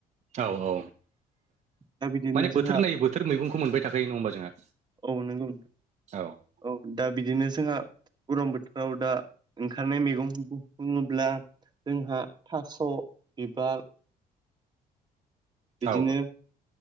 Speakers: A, on the right; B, on the right.
A: औ औ
B: दा बिदिनो
A: माने बोथोर
B: जोंहा
A: नायै बोथोर मैगंखौ मोनबाय थाखायो नङा होमबा जोंहा।
B: औ नोंगौ नं
A: औ।
B: औ दा बिदिनो जोंहा गरम बोथोराव दा ओंखारनाय मैगं बु बुंङोब्ला जोंहा थास' बिबार बिदिनो
A: औ